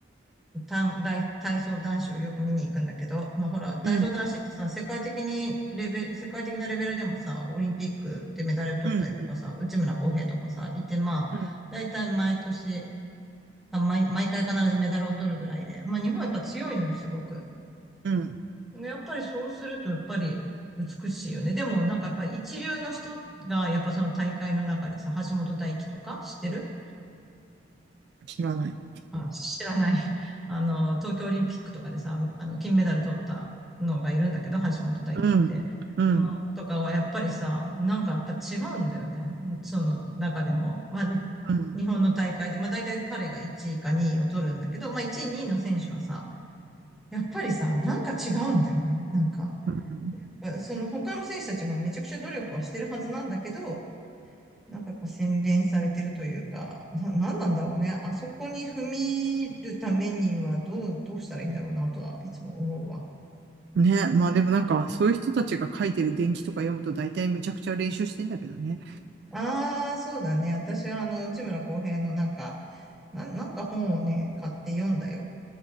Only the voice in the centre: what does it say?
た大体操男子をよく見に行くんだけど、まあほら、体操男子ってさ、
世界的にレベル、世界的なレベルでもさ、オリンピックでメダル取ったりとかさ、
内村航平とかさ、いて、まあ、
大体毎年、あ、毎、毎回必ずメダルを取るぐらいで、まあ日本はやっぱ強いのよ、すごく。
でやっぱりそうすると、やっぱり美しいよね。でもなんかやっぱり一流の人が、やっぱその大会の中でさ、橋本大輝とか知ってる
あ、知らない。<laughs> あの、東京オリンピックとかでさ、あの、金メダル取ったのがいるんだけど、橋本大輝って。
その、とかはやっぱりさ、なんかやっぱ違うんだよね。その中でも。まあ、に
日本の大会で、まあ大体彼が1位か2位を取るんだけど、まあ1位、2位の選手はさ、やっぱりさ、なんか違うんだよね。なんか、
その他の選手たちもめちゃくちゃ努力はしてるはずなんだけど、なんかやっぱ洗練されてるというか、な、なんなんだろうね。あそこに踏み入るためにはどう、どうしたらいいんだろうなとはいつも思うわ。
ああ、そうだね。私はあの、内村航平のなんか、な、なんか本をね、買って読んだよ。